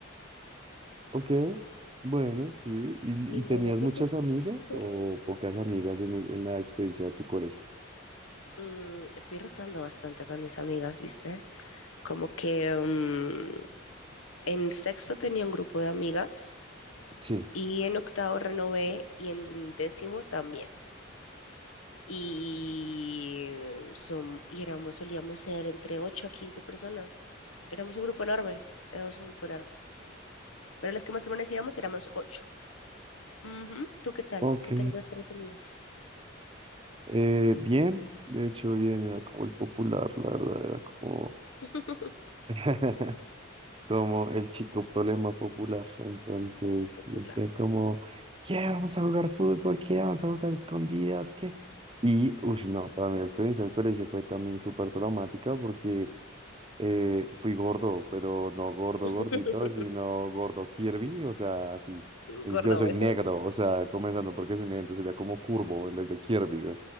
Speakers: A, on the right; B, on the left.
A: Ok, bueno, sí. ¿Y,
B: Ninguna
A: y tenías
B: profesora.
A: muchas amigas o pocas amigas en, el- en la experiencia de tu colegio?
B: Mm, fui rotando bastante con mis amigas, ¿viste? Como que mm, en sexto tenía un grupo de amigas
A: Sí.
B: y en octavo renové y en décimo también. y, son, y éramos, solíamos ser entre 8 a 15 personas. Éramos un grupo enorme, éramos un grupo enorme. Pero las que más permanecíamos éramos ocho Ujú. ¿Tú qué tal?
A: Ok.
B: ¿Qué tal eras para los amigos?
A: Eh, bien, de hecho, bien, era como el popular, la verdad, era como,
B: <laughs>
A: <laughs> como el chico problema popular. Entonces,
B: Fuerte Popular.
A: siempre como, ¿qué? Vamos a jugar fútbol, ¿qué? Vamos a jugar escondidas, ¿qué? Y, uff, no, para mí la experiencia del colegio fue también súper traumática porque eh, fui gordo, pero no gordo
B: <laughs>
A: gordito, sino gordo Kirby, o sea, así. Yo
B: Gordo
A: soy
B: beso,
A: negro, o sea, comenzando porque soy negro, entonces sería como curvo en vez de Kirby, güey.